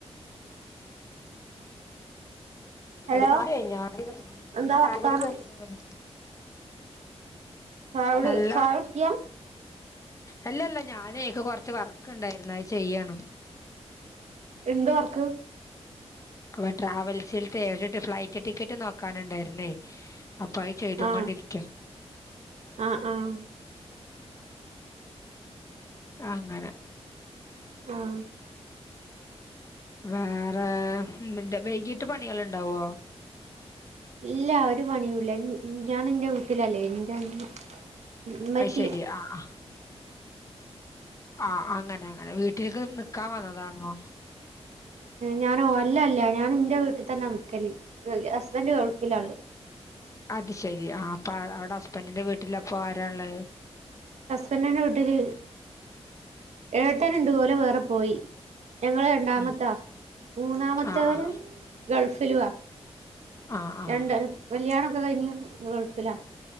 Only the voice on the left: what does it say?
മൽഹാര് കഴിഞ്ഞാ
ചായകുടി
കഴിഞ്ഞോന്ന്?
നല്ല
വർ
അല്ലല്ല ഞാനേ ഇക്ക് കൊറച്ച് വർക്ക് ഒണ്ടാരുന്നു അത് ചെയ്യാണ്.
അപ്പൊ ട്രാവൽസിൽത്തെ ഒരു ഫ്ലൈറ്റ് ടിക്കറ്റ് നോക്കാന്ണ്ടായിരുന്നേ അപ്പൊ അഅ്‌ ചെയ്ത്
ങൊണ്ടിരിക്കാ.
അങ്ങനെ.
വേറെ വൈകീട്ട് പണീള്ണ്ടാവുഓ?
അത് ശെരി ആഹ് ആഹ് ആഹ് അങ്ങനെ അങ്ങനെ വീട്ടിലേക്ക് നിക്കാൻ വന്നതാണോ
അത് ശരി ആ അപ്പ അവിടെ ഹസ്ബൻഡിന്റെ വീട്ടില് അപ്പോ ആരാ ഉള്ളേ
ഉം
ആഹ് ആഹ്
ആഹ് ആഹ്